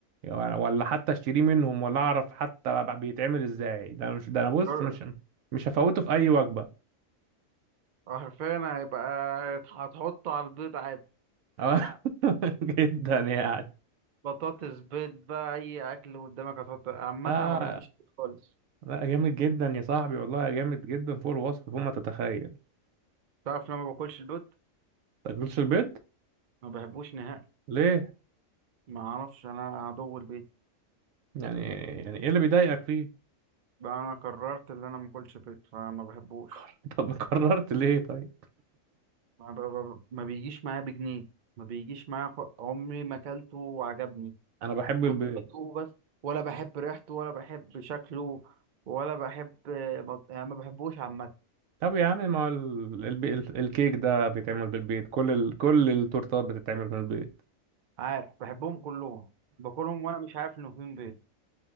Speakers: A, on the right (about 75°); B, on the right (about 55°).
A: ولا حتى اشتريه منهم ولا اعرف حتى بقى بيتعمل ازاي ده مش ده انا بص
B: جر-
A: مش مش هفوته في اي وجبة
B: حرفيا هيبقى هتحط على البيض عادي
A: آه. <laughs> جدا يعني
B: بطاطس بيض بقى اي اكل قدامك هتحط عامه
A: لا
B: انا ما بحبش البيض خالص
A: لا جامد جدا يا صاحبي والله جامد جدا فوق الوصف فوق ما تتخيل
B: تعرف لما ما باكلش البيض
A: تاكلش البيض
B: ما بحبوش نهائي
A: ليه
B: ما اعرفش انا عدو البيض
A: يعني يعني ايه اللي بيضايقك فيه
B: بقى انا قررت ان انا ما اكلش بيض فما بحبوش
A: <laughs> طب قررت ليه طيب
B: ما, ب... ب... ما بيجيش معايا بجنيه ما بيجيش معايا خ... عمري ما اكلته وعجبني
A: انا بحب
B: كنت
A: البيض
B: بدوقه بس ولا بحب ريحته ولا بحب شكله ولا بحب بط- يعني ما بحبوش عامه
A: طب يا عم ما هو ال- الب- ال- الكيك ده بيتعمل بالبيض كل ال... كل التورتات بتتعمل بالبيض
B: عارف بحبهم كلهم باكلهم وانا مش عارف انه فيهم بيض